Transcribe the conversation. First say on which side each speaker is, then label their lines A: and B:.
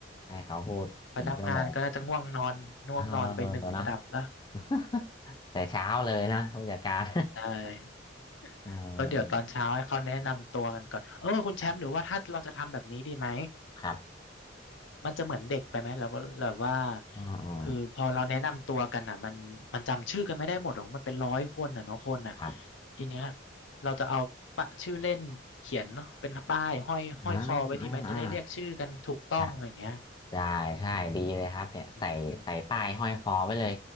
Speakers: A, on the left (about 25°); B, on the left (about 80°).
A: ให้เขาพูดหนึ่งชั่วโมง
B: พนักงานก็น่าจะง่วงนอนง่วงนอนไปหนึ่งระดับแล้ว
A: เออเนาะ <laughs> แต่เช้าเลยนะผู้จัดการ
B: ใช่
A: <laughs> เออ
B: ก็เดี๋ยวตอนเช้าให้เขาแนะนำตัวกันก่อนเออคุณแชมป์หรือว่าถ้าเราจะทำแบบนี้ดีไหม
A: ครับ ครับ
B: มันจะเหมือนเด็กไปไหมแล้วแบบว่า
A: อ๋ออ๋อ
B: คือพอเราแนะนำตัวกันอ่ะมันมันจำชื่อกันไม่ได้หมดหรอกมันเป็นร้อยคนอ่ะเนาะคนอ่ะ
A: ครับ
B: ทีเนี้ยเราจะเอาปะชื่อเล่นเขียนเนาะเป็นป้ายห้อยห้อยคอไว้ดีไหมจะได้เรียกชื่อกันถูกต้องอะไรอย่างเงี้ย
A: อ่าอ่าอ่าใช่ได้ใช่ ดีเลยครับเนี่ย
B: อืม
A: ใส่ ใส่ป้าย ห้อยคอไว้เลย